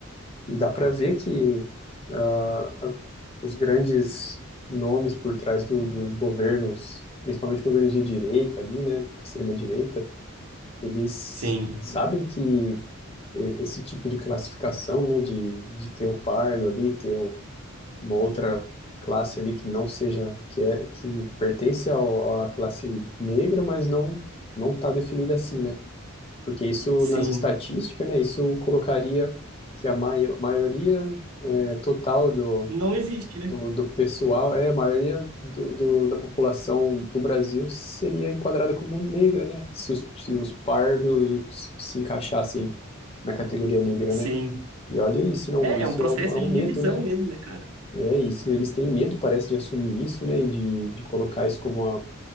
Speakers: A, on the left; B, on the right.
A: E dá para ver que ah, a- os grandes nomes por trás do- dos governos, principalmente governos de direita ali, né, extrema direita, eles
B: Sim,
A: sabem que e- esse tipo de classificação, né, de, de ter o pardo ali, ter o- uma outra classe ali que não seja, que é que pertence ao- à classe negra, mas não não está definida assim, né? Porque isso,
B: sim.
A: nas estatísticas, né, isso colocaria que a maio- maioria eh, total do,
B: Não existe, né?
A: do, do pessoal, é, a maioria do, do- da população do Brasil seria enquadrada como negra, né? Se os, se os pardos se encaixassem na categoria negra,
B: Sim.
A: né? E olha isso, não,
B: É,
A: isso
B: é um processo
A: é um, é um
B: de
A: medo,
B: divisão
A: né?
B: mesmo, né, cara?
A: É isso, eles têm medo, parece, de assumir isso, né? E de, de colocar isso como uma,